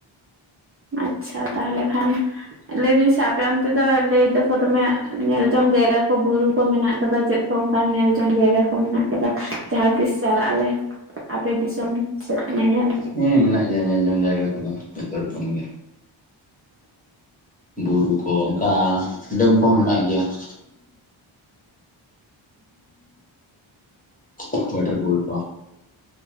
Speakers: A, on the right; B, on the left.
A: ᱟᱪᱪᱷᱟ ᱛᱟᱦᱚᱞᱮ ᱠᱷᱟᱱ ᱞᱟᱹᱭ ᱵᱤᱱ ᱥᱮ ᱟᱯᱮ ᱚᱱᱛᱮ ᱫᱚ ᱞᱟᱹᱭ ᱫᱟᱠᱚ ᱫᱚᱢᱮ ᱧᱮᱞ ᱡᱚᱝ ᱡᱟᱭᱜᱟ ᱠᱚ ᱵᱩᱨᱩ ᱠᱚ ᱢᱮᱱᱟᱜ ᱟᱠᱟᱫᱟ ᱪᱮᱫ ᱾ ᱚᱱᱠᱟᱱ ᱧᱮᱞ ᱡᱚᱝ ᱡᱟᱭᱜᱟ ᱠᱚ ᱢᱮᱱᱟᱜ ᱠᱟᱫᱟ ᱡᱟᱦᱟᱸ ᱛᱤᱥ ᱪᱟᱞᱟᱜ ᱟᱞᱮ ᱟᱯᱮ ᱫᱤᱥᱚᱢ ᱾ ᱪᱮᱜ ᱧᱮᱧᱮᱞ ᱾
B: ᱦᱮᱸ ᱢᱮᱱᱟᱜ ᱜᱮᱭᱟ ᱧᱮᱞ ᱡᱚᱝ ᱡᱟᱭᱜᱟ ᱠᱚᱫᱚ ᱡᱚᱛᱚ ᱨᱚᱠᱚᱢ ᱜᱮ ᱾ ᱵᱩᱨᱩ ᱠᱚ ᱚᱱᱠᱟ ᱰᱮᱢ ᱠᱚᱦᱚᱸ ᱢᱮᱱᱟᱜ ᱜᱮᱭᱟ ᱾ ᱳᱣᱟᱴᱟᱨ ᱠᱩᱞ ᱠᱚ᱾